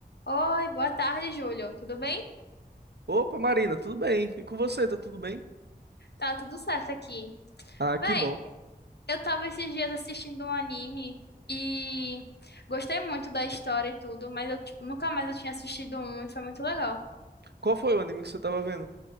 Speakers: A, on the left; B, on the right.
A: Oi, boa tarde, Júlio. Tudo bem?
B: Opa, Marina, tudo bem? E com você, tá tudo bem?
A: Tá tudo certo aqui.
B: Ah, que
A: Véi,
B: bom.
A: eu tava esses dias assistindo um anime e gostei muito da história e tudo, mas eu tipo, nunca mais eu tinha assistido um e foi muito legal.
B: Qual foi o anime que você tava vendo?